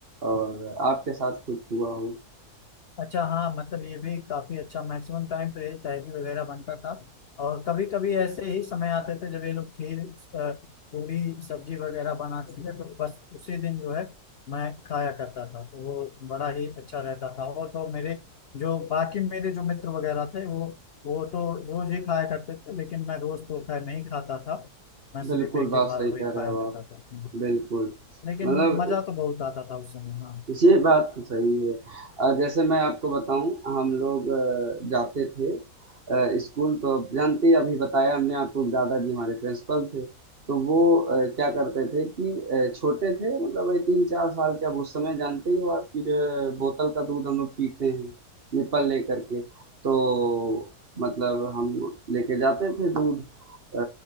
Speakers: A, on the right; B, on the left.
A: और आपके साथ कुछ हुआ हो
B: अच्छा हाँ मतलब ये भी काफी अच्छा मैक्सिमम टाइम तो ये तहरी वगैरह बनता था और कभी कभी ऐसे ही समय आते थे जब ये लोग खीर अ, पूरी सब्जी वगैरह बनाते थे तो बस उसी दिन जो है मैं खाया करता था तो वो बड़ा ही अच्छा रहता था और तो मेरे जो बाकी मेरे जो मित्र वगैरह थे वो वो तो रोज ही खाया करते थे लेकिन मैं रोज तो खैर नहीं खाता था मैं सिर्फ
A: बिल्कुल
B: एक
A: बात
B: ही बार
A: सही
B: वही
A: कह
B: खाया
A: रहे हो
B: करता
A: आप
B: था हम्म।
A: बिल्कुल
B: लेकिन
A: मतलब
B: मजा तो बहुत आता था उस समय हाँ
A: ये बात तो सही है। अ, जैसे मैं आपको बताऊँ हम लोग अ, जाते थे अ, स्कूल तो अब जानते ही अभी बताया हमने आपको कि दादाजी हमारे प्रिंसिपल थे। तो वो अ, क्या करते थे कि अ, छोटे थे मतलब वही 3-4 साल के अब उस समय जानते ही हो आप कि जो है बोतल का दूध हम लोग पीते हैं, निप्पल लेकर के। तो मतलब हम लेके जाते थे दूध अ,